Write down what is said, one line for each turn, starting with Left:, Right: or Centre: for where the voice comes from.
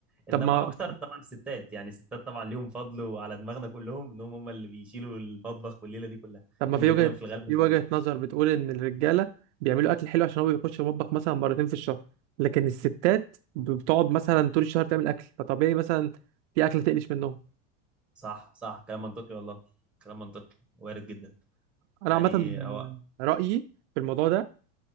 Right: طب
Centre: انما
Right: ما
Centre: اكتر طبعا الستات يعني الستات طبعا ليهم فضل وعلى دماغنا كلهم انهم هم اللي بيشيلوا المطبخ والليله دي كلها
Right: طب ما
Centre: لان
Right: في
Centre: الرجاله
Right: وجهة
Centre: في الغالب
Right: في
Centre: مش
Right: وجهة
Centre: فاضيه
Right: نظر بتقول ان الرجالة بيعملوا اكل حلو عشان هو بيخش المطبخ مثلا مرتين في الشهر لكن الستات بتقعد مثلا طول الشهر تعمل اكل فطبيعي مثلا في اكل تقلش منهم
Centre: صح صح كلام منطقي والله كلام منطقي وارد جدا
Right: انا
Centre: يعني
Right: عامة
Centre: هو
Right: رأيي في الموضوع ده